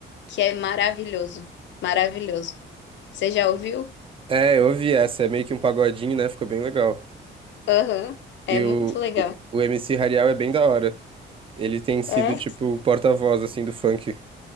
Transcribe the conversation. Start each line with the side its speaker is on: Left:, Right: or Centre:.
Left: que é maravilhoso, maravilhoso. Você já ouviu?
Right: É, eu ouvi essa, é meio que um pagodinho, né? Ficou bem legal.
Left: Aham, É
Right: E
Left: muito
Right: o,
Left: legal.
Right: o, o MC Hariel é bem da hora. Ele tem sido,
Left: É,
Right: tipo, o porta-voz, assim, do funk.